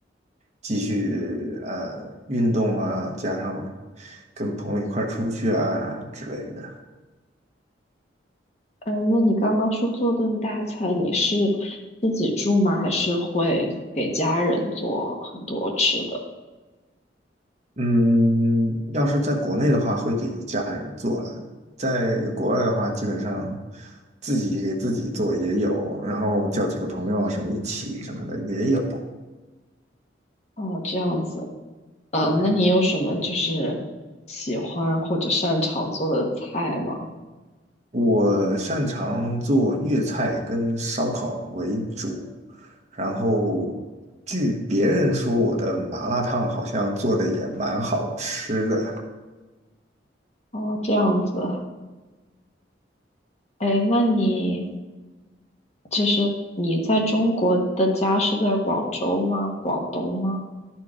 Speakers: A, on the right; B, on the left.
A: 继续呃运动啊，加上跟朋友一块儿出去啊之类的。
B: 嗯，那你刚刚说做顿大餐，你是自己住吗？还是会给家人做很多吃的？
A: 嗯，要是在国内的话，会给家人做了；在国外的话，基本上自己给自己做也有，然后叫几个朋友啊什么一起什么的也有。
B: 哦，这样子。呃，
A: 对，
B: 那你有什么就是喜欢或者擅长做的菜吗？
A: 我擅长做粤菜跟烧烤为主。然后据别人说，我的麻辣烫好像做的也蛮好吃的。
B: 哦，这样子。哎，那你就是你在中国的家是在广州吗？广东吗？